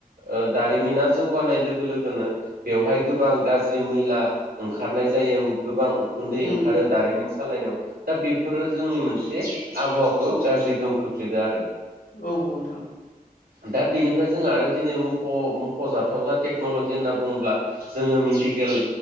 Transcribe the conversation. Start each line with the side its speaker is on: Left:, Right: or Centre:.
Right: ओ दारिमिना जौगानाय लोगो लोगोनो बेवहाय गोबां गाज्रि मैला ओंखारनाय जायो गोबां उखुन्दै
Left: उम
Right: ओंखारो दारिमिन सालायनायाव दा बेफोरो जोंनि मोनसे आबहावाखौ गाज्रि गोहोम खोख्लैदों आरो।
Left: औ औ नोंथां।
Right: दा बेनिफ्राय जों आरो दिनै मख' मख'जाथाव जा टेक्न'लजि होनना बुंङोब्ला जोङो मेडिकेल